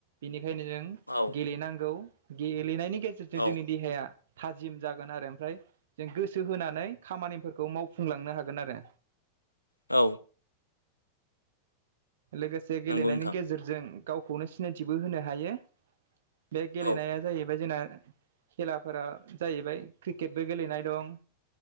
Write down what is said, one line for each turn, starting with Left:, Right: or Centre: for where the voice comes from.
Right: बिनिखायनो जों
Left: औ
Right: गेलेनांगौ गेलेनायनि गेजेरजों
Left: औ
Right: जोंनि देहाया थाजिम जागोन आरो ओमफ्राय जों गोसो होनानै खामानिफोरखौ मावफुंलांनो हागोन आरो।
Left: औ
Right: लोगोसे गेलेनायनि
Left: नंगौ नोंथां
Right: गेजेरजों गावखौनो सिनायथिबो होनो हायो। बे गेलेनाया
Left: औ
Right: जाहैबाय जोंना खेलाफोरा जाहैबाय क्रिकेटबो गेलेनाय दं